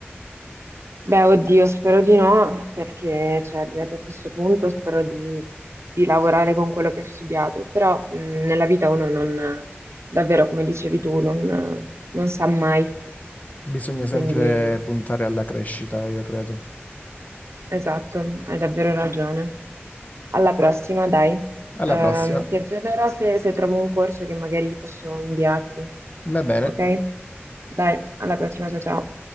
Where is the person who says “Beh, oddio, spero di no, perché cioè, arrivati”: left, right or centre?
Right